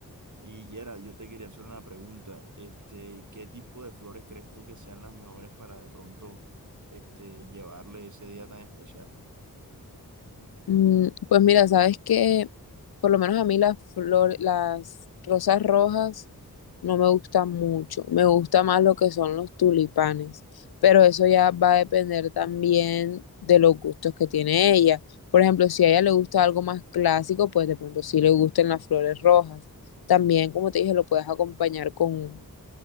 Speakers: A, on the right; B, on the left.
A: Y Yera, yo te quería hacer una pregunta, este, ¿qué tipo de flores crees tú que sean las mejores para de pronto, este, llevarle ese día tan especial?
B: Mm, Pues mira, sabes que por lo menos a mí las flores, las rosas rojas no me gustan mucho. Me gusta más lo que son los tulipanes, pero eso ya va a depender también de los gustos que tiene ella. Por ejemplo, si a ella le gusta algo más clásico, pues de pronto sí le gusten las flores rojas. También, como te dije, lo puedes acompañar con,